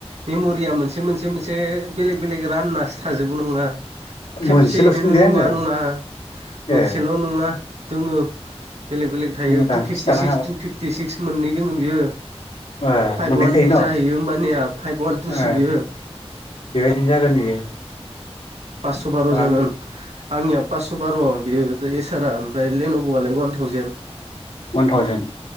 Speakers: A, on the right; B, on the left.
A: मेम'रिया मोनसे मोनसे मोनसे बेलेग बेलेग राननासो थाजोबो नङा खेबसेयैनो
B: मोनसेल'सो नुदों
A: नोंङा
B: आङो
A: नङा मोनसेल'
B: ए
A: नङा दङ बेलेग बेलेग थायो
B: मोजां
A: टु फिफटि
B: खिथानो
A: सिक्स टु फिफ्टि सिक्स मोननै दङ बियो
B: ए
A: फाइभ
B: मोननै
A: वान
B: थाय
A: टु
B: न'
A: जाहैयो होमबानिया फाइभ वान टुसो
B: ए
A: बियो
B: बेबायदिनो जागोन बियो
A: पास्स' बार'
B: रां
A: जागोन आंनियाव पास्स' बार' बि इसारा ओफ्राय लेेनबलाय वान थावजेन
B: वान थावजन्